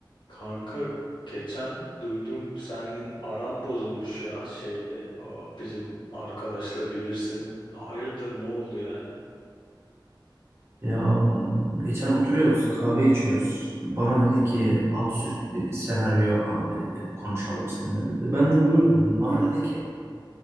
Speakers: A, on the left (about 80°); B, on the right (about 30°).
A: Kanka geçen duydum senin aran bozulmuş ya şeyle o bizim arkadaşla bilirsin. Hayırdır ne oldu yani?
B: Ya m, geçen oturuyoruz, kahve içiyoruz. Bana dedi ki absürt bir senaryo a- e, konuşalım seninle dedi. Ben de buyur dedim. Bana dedi ki